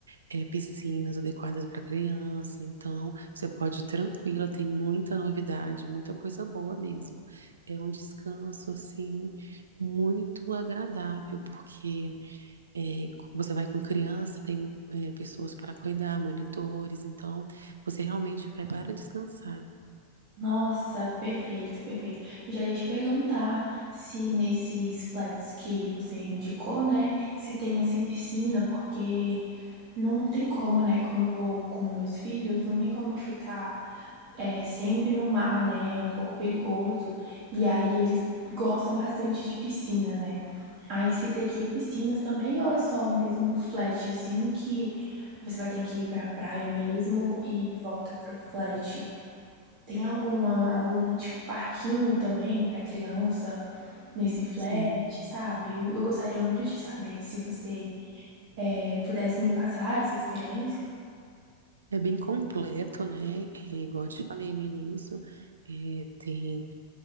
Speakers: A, on the right; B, on the right.
A: eh, piscinas adequadas para criança. Então, você pode ir tranquila. Tem muita novidade, muita coisa boa mesmo. É um descanso assim muito agradável porque é, você vai com criança, tem é, pessoas para cuidar, monitores, então você realmente vai para descansar.
B: Nossa, perfeito, perfeito. Eu já ia te perguntar se nesses flats que você indicou, né, se tem assim piscina, porque não tem como, né? Como eu vou com meus filhos, não tem como eu ficar é sempre no mar, né? É um pouco perigoso. E aí eles gostam bastante de piscina, né? Aí se teria piscinas também ou é só mesmo um flat assim que você vai ter que ir pra praia mesmo e volta pro flat? Tem alguma, algum tipo parquinho também pra criança nesse flat,
A: Sim,
B: sabe? Eu, eu gostaria muito de saber se você eh, pudesse me passar essa experiência.
A: é bem completo, né? É, igual eu te falei no início, é, tem